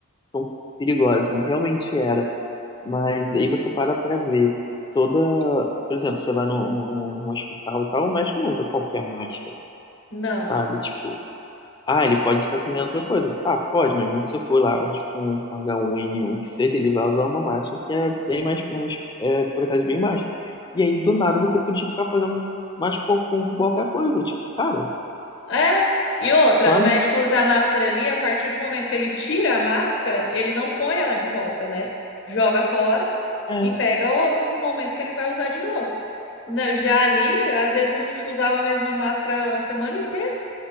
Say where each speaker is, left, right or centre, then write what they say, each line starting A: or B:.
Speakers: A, on the left; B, on the left.
A: tão perigosa, e realmente era. Mas aí você para pra ver toda. Por exemplo, você vai no, no, no hospital e tal, o médico não usa qualquer máscara,
B: Não.
A: sabe? Tipo, Ah, ele pode estar treinando outra coisa. Tá, pode, mas mesmo se eu for lá tipo, com, com H1N1, que seja, ele vai usar uma máscara que é bem mais, mais é, protege bem mais. E aí, do nada, você podia ficar fazendo mais com, com qualquer coisa. Tipo, cara,
B: É. E outra,
A: sabe?
B: o médico usa a máscara ali, a partir do momento que ele tira a máscara, ele não põe ela de volta, né? Joga fora
A: É,
B: e pega outra pro momento que ele vai usar de novo. Na- Já ali, às vezes a gente usava a mesma máscara a semana inteira.